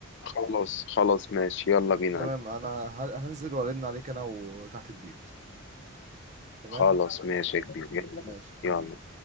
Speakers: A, on the left; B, on the right.
A: خلاص خلاص ماشي يلا بينا
B: تمام انا ه- هنزل وارن عليك انا وتحت البيت تمام
A: خلاص ماشي يا كبير يلا
B: ماشي حبيبي
A: يلا.